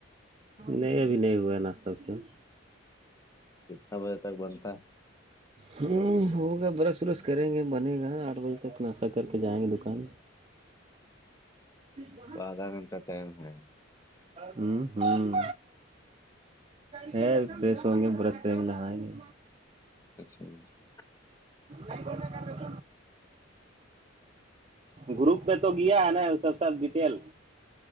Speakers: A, on the right; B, on the left.
A: نہیں ابھی نہیں ہوا ناشتہ وشتے میں
B: کتنا بجے تک بنتا ہے
A: ہ ہوگا برش وورش کریں گے بنے گا آٹھ بجے تک ناشتہ کر کے جائیں گے دکان ٹھیک ہے
B: تو آدھا گھنٹہ ٹائم ہے
A: ہوں ہوں ہے فریش ہوں گے برش کریں گے نہائیں گے
B: اچھا اچھا،
A: ارے گروپ میں تو گیا ہے نا وہ سب سب ڈیٹیل